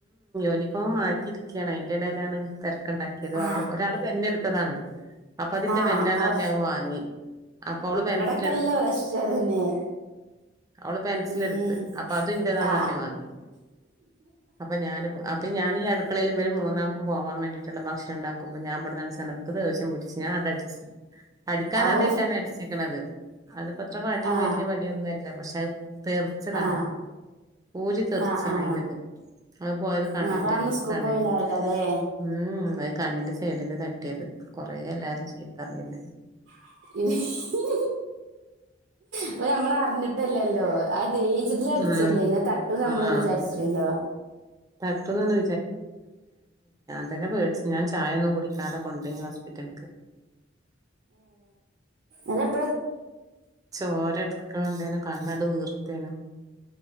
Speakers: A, on the right; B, on the right.
A: ഇനിപ്പോ മാറ്റിയിരിക്കയാണ്. അതിന്റെടയിലാണ് തെരക്ക് ക്കണ്ടാക്കിയതാവോ?
B: ആ
A: ഒരാള് പെന്നെട്ത്തതാണ്. അപ്പ അതിന്റെ
B: ആ
A: പെന്നാന്ന്
B: ഔ
A: പറഞ്ഞ് അത് വാങ്ങി. അപ്പോ അവള് പെൻസി
B: ത്തല്ല പ്രശ്നതന്നെയാ.
A: അവള് പെൻസിലെടുത്ത്
B: ഉം
A: അപ്പൊ അതും ഇന്റേതാന്നറിഞ്ഞ്
B: ആ
A: വാങ്ങി അപ്പൊ ഞാന് അപ്പൊ ഞാൻ ഈ അടുക്കളയിൽ ഇവര് മൂന്നാക്കും പോവാൻ വേണ്ടീട്ടുള്ള ഭക്ഷണണ്ടാക് ക്കും. ഞാൻ ഇബ്ട്ന്ന് <unintelligible> ക്ക് ദേഷ്യം പിടിച്ച്. ഞാ ആട്ടടിച്ച്. അടിക്കാൻ
B: ഔ
A: ആദ്യായിട്ടാണ് അടിച്ചിക്കണത്. അതിപ്പോത്ര വടി
B: ആ
A: വല്യ വടിയൊന്നല്ല. പക്ഷെ അത് തെറിച്ചതാണ്.
B: ആ
A: ഊരി തെറിച്ചയാണ്
B: ആ ആ
A: അതിന്റത്. അത് പോയത് കണ്ണിന്റെയാണ്,
B: ആ, അപ്പൊ അന്ന് സ്കൂൾക്ക്
A: കണ്ണിന്.
B: പോയിണ്ടാവില്ലല്ലേ
A: ഉം അഹ് കണ്ണിന്റെ സൈഡിന് തട്ടിയത് കൊറേ എല്ലാരും ചീത്തറ്ഞ്ന്നെ
B: <inaudible> പ്പൊ ഞമ്മൾ അറിഞ്ട്ടല്ലല്ലോ അതെയ് തില അട്ച്ചല്ലേ
A: ഉം
B: ഇങ്ങെ തട്ടു നമ്മള്
A: ആഹ്
B: വിചാര്ചല്ലോ
A: തട്ടുന്നൊന്നും അന്റെ പേ ഞാൻ ചായൊന്നും കുടിക്കാടം കൊണ്ട് എട്ടണ്ക്
B: അതെപ്
A: ചോര മക്കളുണ്ടേനും കണ്ണാണ്ട് വീർത്തേനും